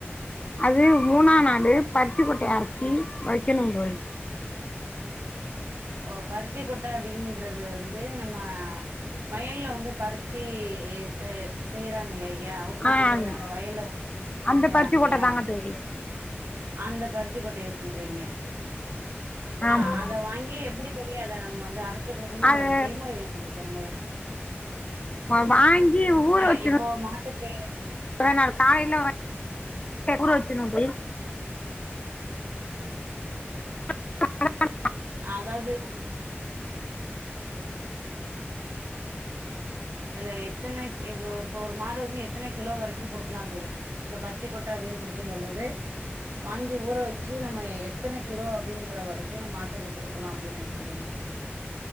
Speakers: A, on the left (about 30°); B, on the right (about 75°).
A: அது மூணா நாலு பருத்திச கொட்டய அரச்சு வக்கிணு தோழி
B: ஒ பருத்திக்கொட்ட அப்டின்றது வந்து நம்ம வயல்ல வந்து பருத்தி செ செய்யறாங்கள் யா உற்பத்தி
A: ஆ
B: செய்றாங்க வயல்ல <inaudible> வந்து
A: அந்த
B: செய்றாங்க
A: பருத்தி கொட்ட
B: இல்லயா
A: தாங்க தோழி
B: அந்த பருத்திக்கொட்டய சொல்றீங்க
A: ஆமா
B: அ அத வாங்கி எப்புடி தெரியாத நம்ப வந்து அர சு குடுக்கனு
A: அது
B: அதோட செய்முறைகள் கொஞ்சோ சொல்லங்க
A: வா வாங்கி ஊற
B: இல்ல
A: வெச்சிர்னு
B: இப்போ மாட்டுக்கு
A: மதானார் காலைல ஊற வெச்சுனு தோழி <inaudible>
B: அதாது அத எத்தன கி இப்ப ஒரு மாடு வந்து எத் எத்தன கிலோ வரைக்கு குடுக்லா தோழி இப்ப பருத்திக்கொட்ட அப்டின்னு குடுக்கு பொழுது வாங்கி ஊற வெச்சு நம்ம எத்தன கிலோ அப்டின்ற வரைக்கு மாட்டுக்கு குடுக்கலா அப்டின் நெனக்கிறீங்க